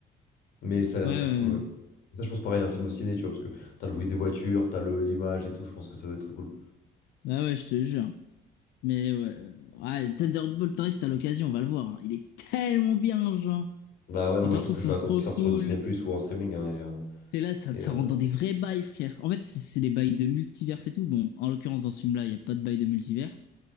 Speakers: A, on the left (about 65°); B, on the left (about 80°).
A: Mais ça a l'air
B: ouais. ouais.
A: très cool, ouais. Ça, je pense pareil, un film au ciné, tu vois, parce que t'as le bruit des voitures, t'as le- l'image et tout, je pense que ça doit être très cool.
B: Bah ouais, je te jure. Mais ouais. euh, Ouais, Thunderbolt Torres, t'as l'occasion, on va le voir. hein. Il est tellement bien, genre.
A: Bah ouais, non,
B: Les
A: moi
B: persos
A: je pense que
B: sont
A: je vais attendre
B: trop
A: qu'il sorte
B: cool.
A: sur Disney+, plus ou en streaming, hein, et, euh,
B: T'es là, ça,
A: et,
B: ça
A: euh,
B: rentre dans des vrais bails, frère. En fait, c'est c'est les bails de multivers et tout. Bon, en l'occurrence, dans ce film-là, il n'y a pas de bail de multivers.